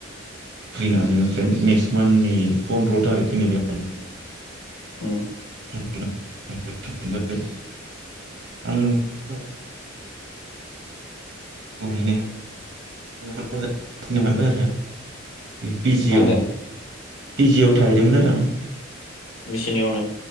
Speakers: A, on the right; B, on the left.
A: फैनानै
B: उम
A: ओमफ्राय ने माननि पन्द्र' थारिखखौ नेबाय आं
B: उम
A: <unintelligible> सहैनाया नो मोनबाय आरो पि जियाव
B: मा होनदों
A: पि जि थाहैदोंमोन आरो आं
B: बिसिनियावनो